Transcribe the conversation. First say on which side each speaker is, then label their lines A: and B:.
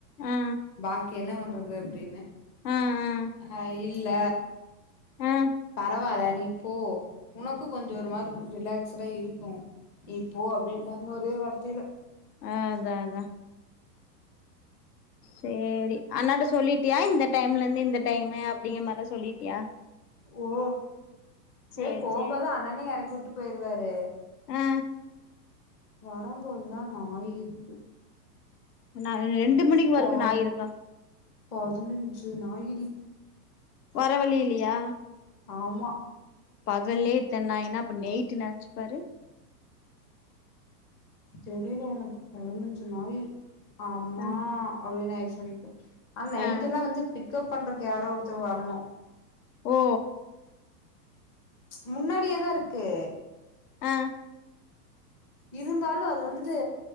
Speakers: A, on the left; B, on the left.
A: ஆ
B: பாக்கி என்ன உன் க்கு அப்டின்னு
A: ஆ ஆ
B: ஆ இல்ல
A: ஆ
B: பரவால நீ போ உனக்கு கொஞ்சோ ஒரு மாரி ரிலாக்ஸ்டுடா இருக்கு நீ போ அப்டின்டா ஒரே வார்த்தையில
A: ஆ அதா அதா சேரி அண்ணாட்ட சொல்லிட்டியா இந்த டைம்ல இருந்து இந்த டைம் அப்டிங்ரமாரிலா சொல்லிட்டியா
B: ஓ
A: சேர்
B: ஏ போம்போது
A: சேர்
B: அண்ணனயு எறக்கி விட்டு விட்டு போயிருவாரு
A: ஆ
B: வரம்போதுதா நாய் இருக்கு
A: நாய் ரெண்டு மணிக்கு வரைக்கு
B: பா
A: நாய் இருக்கு
B: பதினஞ்சு நாய் டி
A: வர வழிலயா
B: ஆமா
A: பகல்லே இத்தன் நாய்னா அப்ப நைட்டு நெனச்சுப்பாரு
B: தெரில எனக்கு பதுநஞ்சு நாயி ஆம்மா
A: ஆ
B: அப்டினு ஆய்ட்சு <unintelligible> ஆனா நைட்டுலா
A: ஆ
B: வந்து பிக்கப் பண்றக்கு யாரோ ஒருத்தர் வரணு
A: ஓ
B: ச் முன்னாடியேதா இருக்கு
A: ஆ
B: இருந்தாலு அது வந்துட்டு